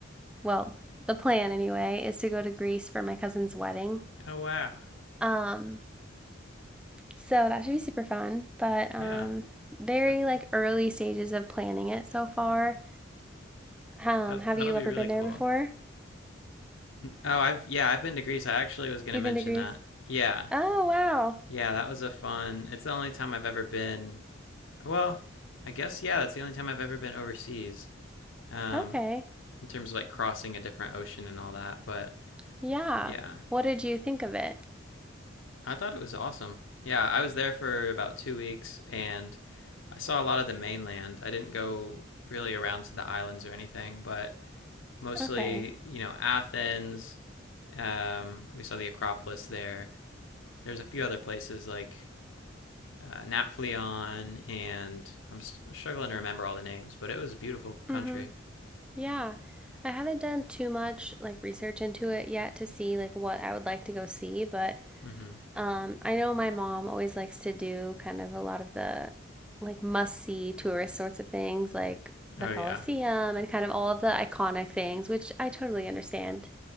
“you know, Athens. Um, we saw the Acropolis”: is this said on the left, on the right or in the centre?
Left